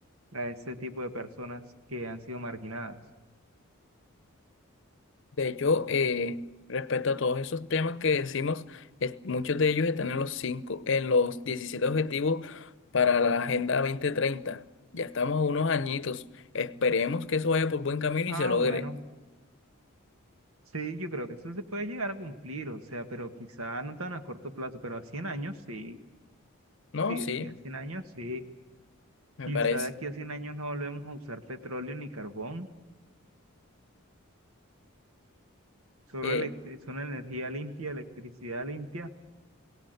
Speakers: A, on the right; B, on the left.
A: a este tipo de personas que han sido marginadas.
B: De hecho, eh, respecto a todos esos temas que decimos, es- muchos de ellos están en los cinco, en los 17 objetivos para la Agenda 2030. Ya estamos a unos añitos. Esperemos que eso vaya por buen camino
A: Ah,
B: y se logre.
A: bueno, sí, yo creo que eso se puede llegar a cumplir, o sea, pero quizá no tan a corto plazo, pero a cien años sí,
B: No,
A: sí,
B: sí,
A: de aquí a 100 años sí,
B: me
A: quizá
B: parece.
A: de aquí a 100 años no volvemos a usar petróleo ni carbón, solo
B: Eh,
A: elec- es una energía limpia, electricidad limpia,